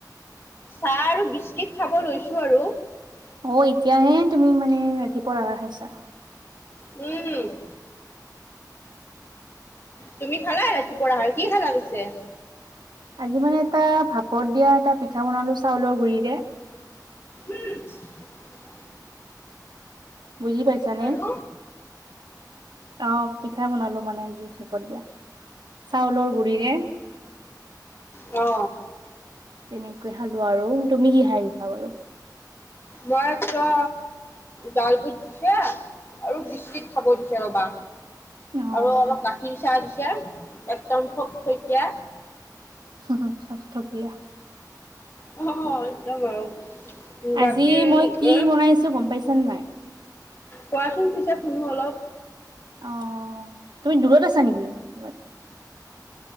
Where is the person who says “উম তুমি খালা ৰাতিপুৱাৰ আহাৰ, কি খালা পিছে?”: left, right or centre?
Left